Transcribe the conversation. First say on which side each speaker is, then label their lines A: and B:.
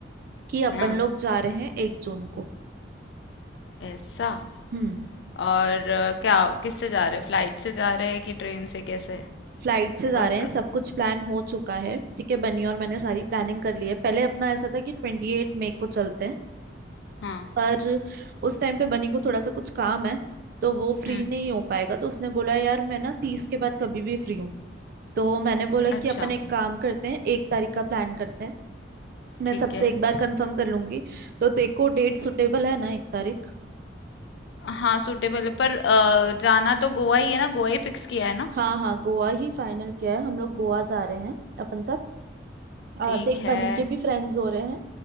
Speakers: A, on the right (about 55°); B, on the left (about 70°).
A: कि अपन
B: हाँ
A: लोग जा रहे हैं एक जून को
B: ऐसा
A: हम्म
B: और अ, क्या किससे जा रहे फ्लाइट से जा रहे कि ट्रेन से कैसे
A: फ्लाइट से जा
B: और
A: रहे हैं
B: क,
A: सब कुछ प्लान हो चुका है ठीक है बनी और मैंने सारी प्लानिंग कर ली है पहले अपना ऐसा था कि ट्वेंटी एट मई को चलते हैं
B: हाँ
A: पर उस टाइम पे बनी को थोड़ा सा कुछ काम है तो वो फ्री
B: हम्म
A: नहीं हो पाएगा तो उसने बोला यार मैं ना तीस के बाद कभी भी फ्री हूँ तो मैंने बोला कि
B: अच्छा
A: अपन एक काम करते हैं एक तारीख का प्लान करते हैं मैं
B: ठीक
A: सबसे
B: है
A: एक बार कंफर्म कर लूंगी तो तेरे को डेट सुटेबल है ना एक तारीख
B: हाँ सूटेबल है पर अ, जाना तो गोवा ही है ना गोवा ही फिक्स किया है ना
A: हाँ हाँ गोवा ही फाइनल किया है हम लोग गोवा जा रहे हैं अपन सब अ,
B: ठीक
A: देख बनी
B: है
A: के भी फ्रेंड्स हो रहे हैं